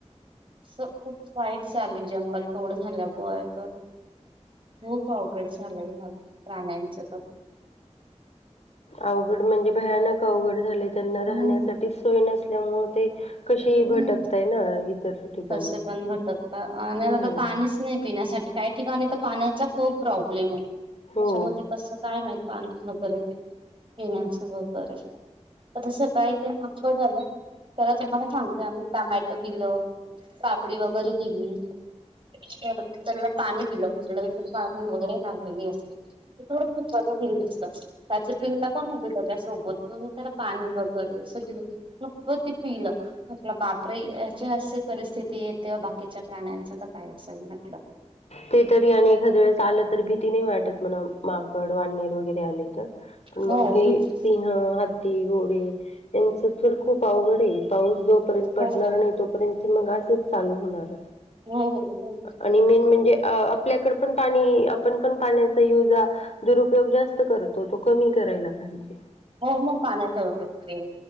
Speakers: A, on the right; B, on the left.
A: अस खूप वाईट चालू आय जंगल तोड. झाला बोळ येतात खूप अवघड झालंय ह्या प्राण्यांच तर.
B: अवघड म्हणजे भयानक अवघड झालय त्यांना राहण्यासाठी
A: हम्म
B: सोय नसल्यामुळे ते कशी
A: हम्म,
B: भटकताय ना इतर ठिकाणी
A: कसे पण भटकता आणि आता
B: हम्म
A: पाणीच नाय. पिण्यासाठी काही ठिकाणी तर पाण्याचा खूप प्रॉब्लेम आय त्याच्यामूळ
B: हो
A: ते कस काय म्हायत पाणीच न करेक्ट येण्याचं वगैरे. आता सकाळी ते <unintelligible> झालं त्याला तुम्हाला सांगतोय आम्ही टमॅटो दिल पापडी वगैरे दिली. तेवढ त्यांनला पाणी दिलं म्हटलं पाणी वगैरे लागलेली असेल. ते थोडं फनी विल दिसतं. त्याचे पिल्ल पण होते त्याच्यासोबत म मी त्याला पाणी वगैरे अस दिल. नुकत ते पिल. म्हटलं बापरे याची असे परिस्थिती येत बाकीच्या प्राण्यांच तर काय असंल म्हटलं.
B: ते तरी आणि एखाद्या वेळेस आलं तरी भीती नाय वाटत म्हण माकड, वाननेर वगैरे ते आलीत
A: हो
B: मग हे
A: घेत
B: सिंह, हा ती, घोडे यांच तर खूप अवघड ए. पाऊस जोपर्यंत पडणार
A: हो
B: नाय तोपर्यंत ते मग आजच चालू होणार आता.
A: हो हो
B: आणि मेन म्हणजे आपल्याकड पण पाणी आपण पण पाण्याचा युज दुरुपयोग जास्त करतो तो कमी करायला पाहिजे.
A: हो मग पाण्याच्या होत <unintelligible>